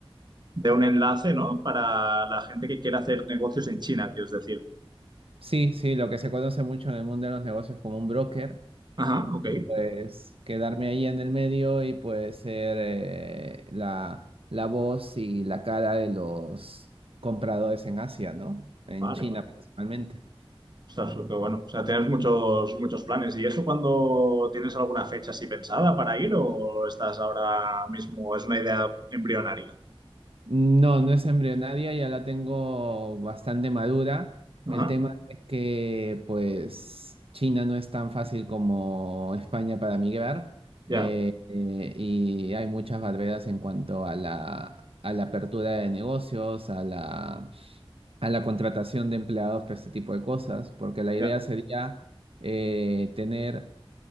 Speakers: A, on the right; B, on the right.
A: de un enlace, ¿no? Para la gente que quiera hacer negocios en China, quieres decir.
B: Sí, sí, lo que se conoce mucho en el mundo de los negocios como un broker,
A: Ajá, ok.
B: pues quedarme ahí en el medio y pues ser eh, la, la voz y la cara de los compradores en Asia, ¿no? En
A: Vale,
B: China
A: vale.
B: principalmente.
A: Ostras, pero bueno, o sea, tienes muchos, muchos planes. ¿Y eso cuando tienes alguna fecha así pensada para ir o estás ahora mismo? Es una idea embrionaria.
B: No, no es embrionaria, ya la tengo bastante madura.
A: Ajá,
B: El tema es que, pues, China no es tan fácil como España para migrar
A: ya,
B: eh, eh, y hay muchas barreras en cuanto a la, a la apertura de negocios, a la, a la contratación de empleados para este tipo de cosas, porque la idea
A: ya.
B: sería eh, tener